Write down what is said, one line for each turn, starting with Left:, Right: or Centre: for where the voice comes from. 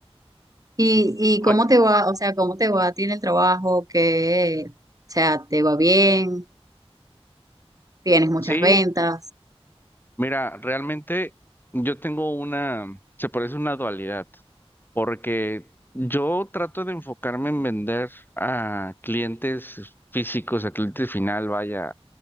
Right: ¿Y, y
Left: Oye,
Right: cómo te va? O sea, ¿cómo te va a ti en el trabajo? que o sea, te va bien? ¿Tienes muchas
Left: Sí,
Right: ventas?
Left: mira, realmente yo tengo una, se parece una dualidad, porque yo trato de enfocarme en vender a clientes físicos, a cliente final, vaya,